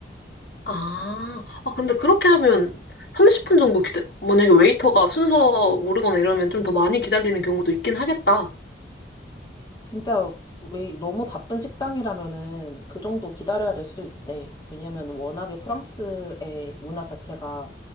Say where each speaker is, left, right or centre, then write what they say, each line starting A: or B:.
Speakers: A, on the left; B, on the left.
A: 아, 아, 근데 그렇게 하면 30분 정도 기다, 만약에 웨이터가 순서 모르거나 이러면 좀 더 많이 기다리는 경우도 있긴 하겠다.
B: 진짜 왜 너무 바쁜 식당이라면은 그 정도 기다려야 될 수도 있대. 왜냐면 워낙에 프랑스의 문화 자체가